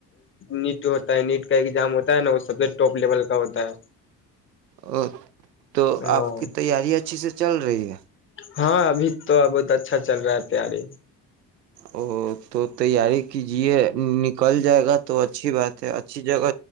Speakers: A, on the left; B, on the right.
A: نیٹ ہوتا ہے نیٹ کا ایگزام ہوتا ہے نا وہ سب سے ٹاپ لیول کا ہوتا ہے
B: او تو
A: ہاں
B: آپ کی تیاری اچھی سے چل رہی ہے
A: ہاں ابھی تو بہت اچھا چل رہا ہے تیاری
B: او تو تیاری کیجیے نکل جائے گا تو اچھی بات ہے اچھی جگہ